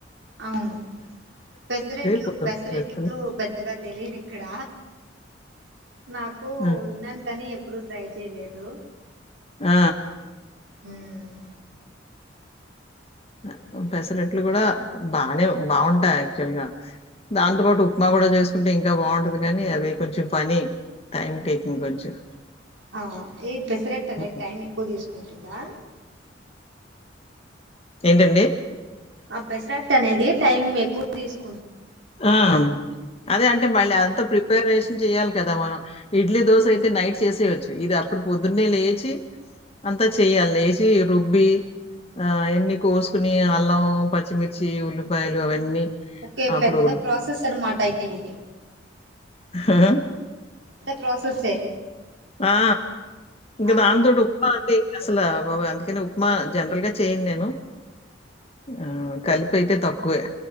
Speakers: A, on the right (about 75°); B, on the left (about 30°).
A: అవును పెసరెట్లు
B: పులుసు
A: పెసరెట్లు
B: వేసుకొని
A: పెద్దగా తెలియదు ఇక్కడ నాకు
B: ఆ!
A: విన్నాను కని ఎప్పుడు ట్రై చేయలేదు
B: ఆ
A: ఉమ్
B: అ
A: ఉమ్.
B: ఉ పెసరట్లు కూడా బానే బాగుంటాయి యాక్చువల్ గా దాంతోపాటు ఉప్మా కూడా చేసుకుంటే ఇంకా బాగుంటది కనీ అది కొంచెం పని టైమ్ టేకింగ్ కొంచెం
A: ఆ ఈ పెసరట్ అనేది
B: అవును.
A: టైం ఎక్కువ తీసుకుంటు దా
B: ఏంటండి
A: ఆ పెసరట్ అనేది టైం ఎక్కువ తీసుకు
B: ఆ అదే అంటే మళ్ళీ అదంతా ప్రిపేర్ వేస్ చేయాలి కదా మనం ఇడ్లీ దోశ అయితే నైట్ చేసేయవచ్చు ఇది అప్పుడు పొద్దున్నే లేచి అంతా చేయాలి లేచి రుబ్బి ఆ అవన్నీ కోసుకుని అల్లం పచ్చిమిర్చి ఉల్లిపాయలు అవన్నీ
A: ఒకే
B: అప్పుడు
A: పెద్ద ప్రాసెస్ అనమాట అయితే ఇది
B: హా
A: ప్రాసెస్ ఎ
B: ఆ ఇక
A: ఆహా
B: దాంతూట ఉప్మా అంది అసలు బాబ అందుకని ఉప్మా జనరల్ గా చేయను నేను ఆ కలిపి అయితే తక్కువే